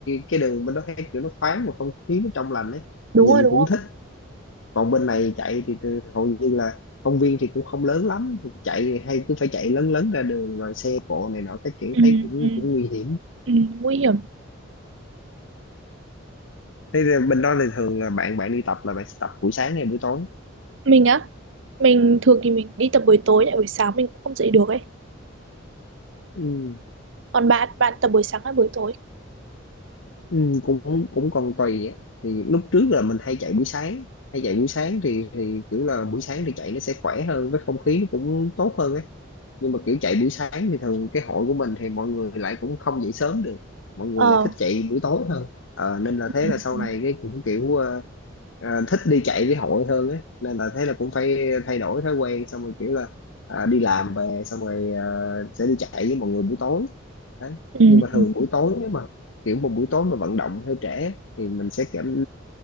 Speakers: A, on the left (about 75°); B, on the right (about 70°).
A: cái đường bên đó thấy kiểu nó thoáng mà không khí nó trong lành ấy
B: đúng
A: nhìn
B: rồi đúng
A: cũng
B: không
A: thích còn bên này chạy thì từ- hầu như là công viên thì cũng không lớn lắm chạy thì hay cứ phải chạy lớn lớn ra đường rồi xe cộ này nọ các kiểu
B: ừ,
A: thấy cũng
B: ừ,
A: cũng nguy hiểm
B: ừ, nguy hiểm
A: thế là bên đó thì thường là bạn bạn đi tập là bạn sẽ tập buổi sáng hay buổi tối
B: mình á mình thường thì mình đi tập buổi tối lại buổi sáng mình cũng không dậy được ấy
A: ừ.
B: còn bạn bạn tập buổi sáng hay buổi tối
A: Ừ, cũng cũng còn tùy á. thì lúc trước là mình hay chạy buổi sáng hay chạy buổi sáng thì thì kiểu là buổi sáng thì chạy nó sẽ khỏe hơn với không khí nó cũng tốt hơn ấy nhưng mà kiểu chạy buổi sáng thì thường cái hội của mình thì mọi người lại cũng không dậy sớm được mọi người
B: ờ
A: lại thích chạy buổi tối hơn Ờ, nên là
B: ừ,
A: thế là sau này cái cũng kiểu ờ, ờ, thích đi chạy với hội hơn ấy nên là thế là cũng phải thay đổi thói quen xong rồi kiểu là ờ, đi làm về xong rồi ờ, sẽ đi chạy với mọi người buổi tối Đấy.
B: ừ,
A: nhưng mà thường buổi tối nếu mà kiểu một buổi tối mà vận động hơi trễ thì mình sẽ cảm